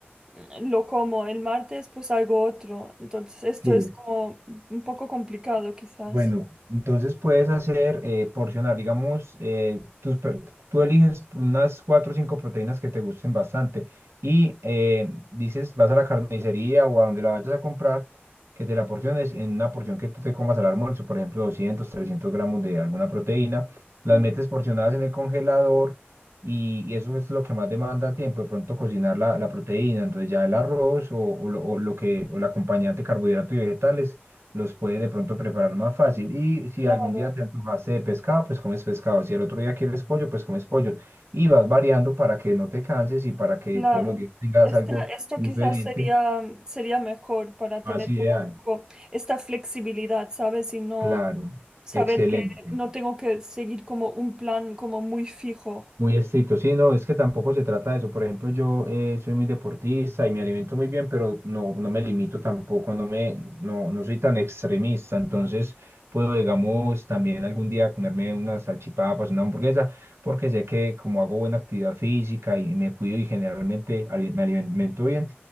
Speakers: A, on the right; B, on the right.
A: mm, lo como. El martes, pues algo otro. Entonces, esto
B: Sí.
A: es como un poco complicado, quizás.
B: Bueno, entonces puedes hacer eh, porcionar, digamos, eh, tus, pro- tú eliges unas cuatro o cinco proteínas que te gusten bastante y eh, dices, vas a la carnicería o a donde la vayas a comprar, que te la porciones en una porción que tú te comas al almuerzo, por ejemplo, doscientos trescientos gramos de alguna proteína, las
A: Mm,
B: metes porcionadas en el congelador y, y eso es lo que más demanda tiempo, de pronto cocinar la, la proteína, entonces ya el arroz o, o lo o lo que, o el acompañante carbohidrato y vegetales los puede de pronto preparar más fácil. Y si
A: Claro,
B: algún día te antojaste de pescado, pues comes pescado. Si el otro día quieres pollo, pues comes pollo. Y vas variando para que no te canses y para que
A: claro.
B: todos los días tengas
A: Esta-
B: algo
A: esto
B: diferente,
A: quizás sería, mm, sería mejor para
B: más
A: tener
B: ideal.
A: como un poco esta flexibilidad, ¿sabes? Y no
B: Claro,
A: saber
B: excelente.
A: que no tengo que seguir como un plan como muy fijo.
B: Muy estricto, sí, no, es que tampoco se trata de eso. Por ejemplo, yo eh, soy muy deportista y me alimento muy bien, pero no, no me limito tampoco, no me, no, no soy tan extremista. Entonces, puedo, digamos, también algún día comerme unas salchipapas, una hamburguesa, porque sé que como hago buena actividad física y me cuido y generalmente ali- me alimento bien,